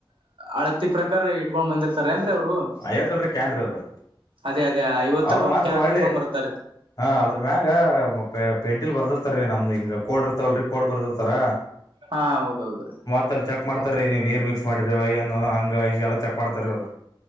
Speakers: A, on the right; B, on the left.
A: ಅಳತಿ ಪ್ರಕಾರ ಅಕ್ಕರ್ ಇಟ್ಕೊಂಡ್ ಬಂದಿರ್ತಾರೆ ಏನ್ರೀ ಅವರು -
B: ಐವತ್ ಲೀಟರ್ ಕ್ಯಾನ್ ರೀ ಅದು
A: ಅದೇ ಅದೇ ಐವತ್ತರದ
B: ಅವ್ರ
A: ಒಂದ್
B: ಮತ್
A: ಕ್ಯಾನ್
B: ಹೊಳ್ಳಿ
A: ಇಟ್ಕೊಂಡ್ ಬರ್ತಾರಿ.
B: ಹಾ ಅದರ ಮ್ಯಾಗ ಪ ಪೆಂಟಿಲ್ ಬರ್ದಿರ್ತಾರೀ ನಮ್ದು ಹಿಂಗ ಕೋಡ್ ಇರ್ತಾವಲ್ ರೀ ಕೋಡ್ ಬರೆದಿರುತ್ತಾರ.
A: ಹಾ ಹೌದೌದ್ರೀ.
B: ಮತ್ತ ಚೆಕ್ ಮಾಡ್ತಾರೀ ನೀವು ನೀರ್ ಮಿಕ್ಸ್ ಮಾಡಿರ ಏನು ಹಂಗ ಹಿಂಗೆಲ್ಲಾ ಚೆಕ್ ಮಾಡ್ತಾರ ಅವ್ರು.